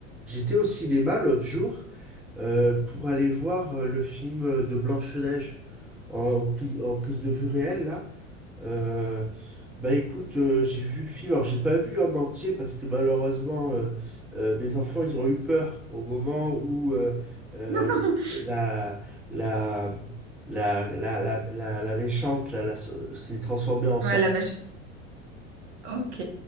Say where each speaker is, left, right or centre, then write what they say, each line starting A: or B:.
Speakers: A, in the centre; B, on the right.
A: J'étais au cinéma l'autre jour euh, pour aller voir euh, le film de Blanche-Neige en, pli- en prise de vue réelle là. Euh, bah écoute, euh, j'ai vu le film. Alors j'ai pas vu en entier parce que malheureusement euh, euh, mes enfants ils ont eu peur au moment où euh, euh,
B: <laughs>
A: la, la, la, la, la, la- la méchante là, la so- s'est transformée en sorte.
B: Ouais, la mèche. Ok.